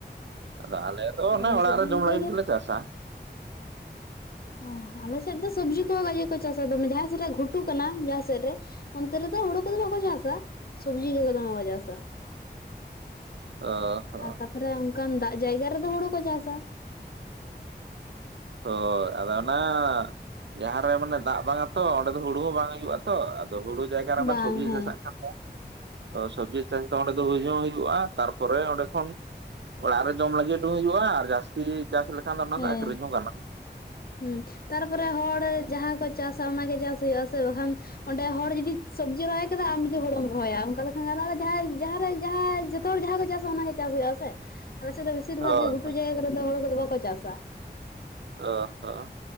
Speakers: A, on the right (about 85°); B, on the left (about 60°).
A: ᱟᱫᱚ ᱟᱞᱮ ᱫᱚ ᱚᱱᱮ
B: ᱟᱞᱮ
A: ᱚᱲᱟᱜ
B: ᱥᱮᱫ
A: ᱨᱮ
B: ᱫᱚ
A: ᱡᱚᱢ
B: ᱤᱱᱠᱟᱹ
A: ᱞᱟᱹᱜᱤᱫ
B: ᱜᱮ
A: ᱜᱮᱞᱮ ᱪᱟᱥᱟ ᱾
B: ᱚᱦ ᱟᱞᱮᱥᱮᱫ ᱫᱚ ᱥᱚᱵᱽᱡᱤ ᱠᱚᱦᱚᱸ ᱵᱟᱷᱜᱤ ᱠᱚ ᱪᱟᱥᱟ ᱫᱚᱢᱮ ᱡᱟᱦᱟᱸ ᱥᱮᱫ ᱨᱮ ᱜᱷᱩᱴᱩ ᱠᱟᱱᱟ ᱡᱟᱦᱟᱸ ᱥᱮᱫ ᱨᱮ ᱚᱱᱛᱮ ᱨᱮᱫᱚ ᱦᱩᱲᱩ ᱠᱚᱫᱚ ᱵᱟᱠᱚ ᱪᱟᱥᱟ ᱥᱚᱵᱡᱤ ᱠᱚᱜᱮ ᱫᱚᱢᱮ ᱠᱚ ᱪᱟᱥᱟ ᱾
A: ᱚᱦᱚ
B: ᱛᱟᱯᱚᱨᱮ ᱚᱱᱠᱟᱱ ᱫᱟᱜ ᱡᱟᱭᱜᱟ ᱨᱮᱫᱚ ᱦᱩᱲᱩ ᱠᱚ ᱪᱟᱥᱟ ᱾
A: ᱦᱳᱭ ᱟᱫᱚ ᱚᱱᱟ ᱡᱟᱦᱟᱸᱨᱮ ᱢᱟᱱᱮ ᱫᱟᱜ ᱵᱟᱝᱟ ᱛᱚ᱾ ᱚᱸᱰᱮ ᱫᱚ ᱦᱩᱲᱩ ᱦᱚᱸ ᱵᱟᱝ ᱦᱩᱭᱩᱜᱼᱟ ᱛᱚ ᱟᱫᱚ ᱦᱩᱲᱩ ᱡᱟᱭᱜᱟ ᱨᱮ ᱚᱱᱟ
B: ᱵᱟᱝ
A: ᱥᱚᱵᱡᱤ
B: ᱦᱮᱸ
A: ᱪᱟᱥᱟᱜ ᱠᱷᱟᱱ᱾ ᱥᱚᱵᱡᱤ ᱪᱟᱥ ᱫᱚ ᱚᱸᱰᱮ ᱫᱚ ᱦᱩᱭ ᱦᱚᱸ ᱦᱩᱭᱩᱜᱼᱟ ᱛᱟᱨᱯᱚᱨᱮ ᱚᱸᱰᱮ ᱠᱷᱚᱱ ᱚᱲᱟᱜ ᱨᱮ ᱡᱚᱢ ᱞᱟᱹᱜᱤᱫ ᱦᱚᱸ ᱦᱩᱭᱩᱜᱼᱟ ᱟᱨ ᱡᱟᱹᱥᱛᱤ ᱪᱟᱥ ᱞᱮᱠᱷᱟᱱ ᱫᱚ ᱚᱱᱟ
B: ᱦᱮᱸ
A: ᱫᱚ ᱟᱹᱠᱷᱨᱤᱧ ᱦᱚᱸ ᱜᱟᱱᱚᱜᱼᱟ ᱾
B: ᱦᱩᱸ ᱛᱟᱨᱯᱚᱨᱮ ᱦᱚᱲ ᱡᱟᱦᱟᱸ ᱠᱚ ᱪᱟᱥᱟ ᱚᱱᱟᱜᱮ ᱪᱟᱥ ᱦᱩᱭᱩᱜ ᱟᱥᱮ ᱵᱟᱠᱷᱟᱱ ᱚᱸᱰᱮ ᱦᱚᱲ ᱡᱩᱫᱤ ᱥᱚᱵᱡᱤ ᱨᱚᱦᱚᱭ ᱠᱟᱫᱟ ᱟᱢ ᱡᱩᱫᱤ ᱦᱩᱲᱩᱢ ᱨᱚᱦᱚᱭᱟ ᱚᱱᱠᱟ ᱞᱮᱠᱷᱟᱱ ᱜᱟᱱᱚᱜᱼᱟ ᱟᱫᱚ ᱡᱟᱦᱟᱭ ᱡᱟᱦᱟ ᱨᱮ ᱡᱟᱦᱟᱭ ᱡᱚᱛᱚ ᱦᱚᱲ ᱡᱟᱦᱟᱸ ᱠᱚ ᱪᱟᱥᱟ ᱚᱱᱟᱜᱮ ᱪᱟᱥ ᱦᱩᱭᱩᱜᱟ ᱥᱮ ᱟᱞᱮ ᱫᱚ ᱵᱮ ᱵᱤᱥᱤᱨ ᱵᱷᱟᱜ
A: ᱦᱳᱭ
B: ᱜᱮ ᱜᱷᱩᱴᱩ
A: ᱦᱳᱭ
B: ᱡᱟᱭᱜᱟ ᱠᱚᱨᱮ ᱫᱚ ᱦᱳᱲᱳ ᱠᱚ ᱫᱚ ᱵᱟᱠᱚ ᱪᱟᱥᱟ᱾
A: ᱚ ᱦᱚᱸ᱾